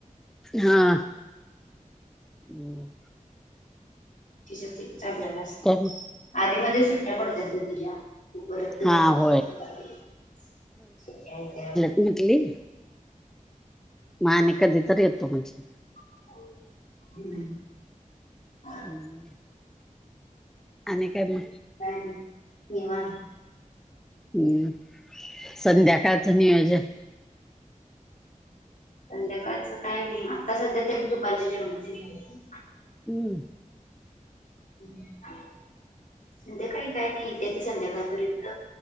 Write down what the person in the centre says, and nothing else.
हां. अं.
मग
हा होय म्हंटली? मा आणि कधी तर येतो म्हंटली.
अं. आणि काय मग?
हम्म. संध्याकाळच नियोजन.
हम्म.